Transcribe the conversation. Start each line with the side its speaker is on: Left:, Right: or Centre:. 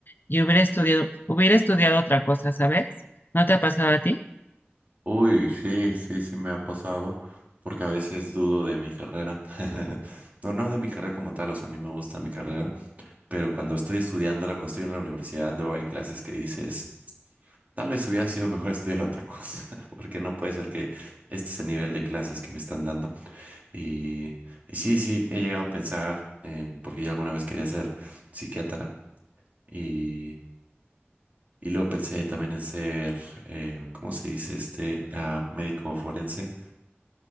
Left: y hubiera estudiado, hubiera estudiado otra cosa, ¿sabes? ¿No te ha pasado a ti?
Right: Uy, sí, sí, sí me ha pasado, porque a veces dudo de mi carrera. <laughs> No, no de mi carrera como tal, o sea, a mí me gusta mi carrera, pero cuando estoy estudiándola, cuando estoy en la universidad, luego hay clases que dices, tal vez hubiera sido mejor <laughs> estudiar otra cosa, <laughs> porque no puede ser que este es el nivel de clases que me están dando. Y, y sí, sí, he llegado a pensar, en- porque yo alguna vez quería ser psiquiatra, y, y luego pensé también en ser, eh, ¿cómo se dice este? Ah, médico forense